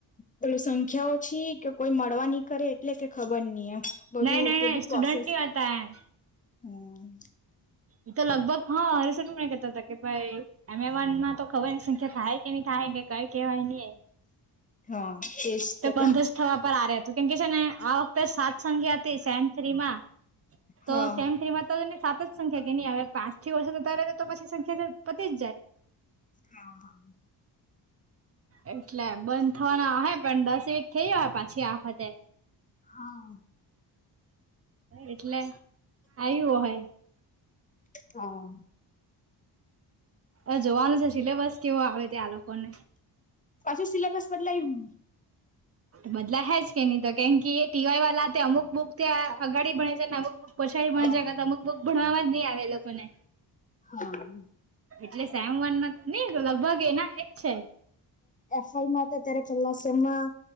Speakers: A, on the left; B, on the right.
A: પેલું સંખ્યા ઓછી કે કોઈ મળવા ની કરે એટલે કે ખબર નહી એમ. બધું
B: નહી નહી
A: તે
B: નહી
A: બી
B: સ્ટુડન્ટ
A: પ્રોસેસ,
B: નહી હતા એમ
A: હમ્મ.
B: એ તો લગભગ હા <unintelligible> કેતા તા કે ભાઈ <unintelligible> માં તો ખબર ની સંખ્યા થાય હે કી નઈ થાહે. કે કાઈ કેવાય નેહ,
A: હા એજ
B: તો
A: તે
B: બંધ જ થવા પર આ રહેતું કેમ કે છે ને આ વખતે સાત સંખ્યા હતી સેન થ્રી માં
A: હા
B: તો સેમ થ્રીમાં તો સાત જ. સંખ્યા કે નહી હવે પાંચથી ઓષ આવે તો પછી સંખ્યા છે પતિ.
A: હા હા.
B: એટલે બંધ થવાના હો પણ દસ વીક થઈ જ હોય પાછી આખતે.
A: હા.
B: એટલે આવ્યું હોય.
A: હા.
B: હ જોવાનું છે સિલેબસ કેવો આવે ત્યા આ લોકોને.
A: પછી સિલેબસ બદલાય હું.
B: બદલા હેજ કે નહી તો કેમ કે ટીવાય વાળા તે અમુક બુક ત્યાં અગાડી ભણે છે ને અમુક બુક. પછાડી
A: હા
B: પણ જ અમુકક ભણવાવામાં જ નહ આવે એ લોકોને.
A: હા
B: એટલે સેમવન નઈ લગભગ એના એજ છે.
A: એફમાં હતા ત્યારે પહેલામમાં